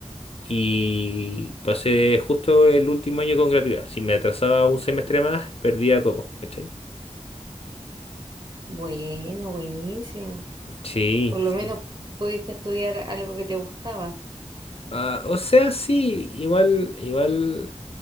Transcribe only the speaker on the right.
Bueno, buenísimo.
Por lo
menos pudiste estudiar algo que te gustaba.